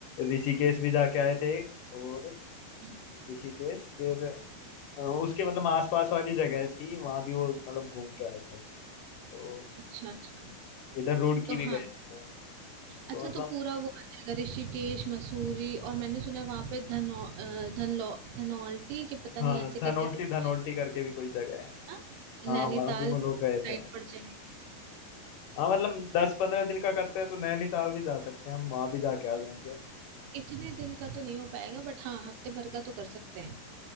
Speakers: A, on the left; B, on the right.
A: ऋषिकेश भी जाके आए थे और
B: हम्म,
A: ऋषिकेश फिर अ, उसके मतलब आसपास वाली जगह थी वहां भी वो मतलब घूम के आए थे तो
B: अच्छा अच्छा
A: इधर रुड़की
B: तो
A: भी
B: हाँ
A: गए थे वो
B: अच्छा
A: तो मतलब
B: तो पूरा वो आ जाएगा ऋषिकेश मसूरी और मैंने सुना है वहां पे धनौ अ, धनलौ धनौल्टी के पता
A: हाँ
B: नहीं ऐसे
A: धनोल्टी
B: करके कुछ
A: धनोल्टी
B: है
A: करके भी कोई जगह है
B: हाँ?
A: हाँ
B: नैनीताल
A: वहां भी वो
B: भी
A: लोग
B: उसी
A: गए
B: साइड
A: थे
B: पड़ जाएगा
A: हाँ मतलब दस पंद्रह दिन का करते हैं तो नैनीताल भी जा सकते हैं हम वहां भी जाके आ जाएंगे
B: इतने दिन का तो नहीं हो पाएगा बट हाँ हफ्ते भर का तो कर सकते हैं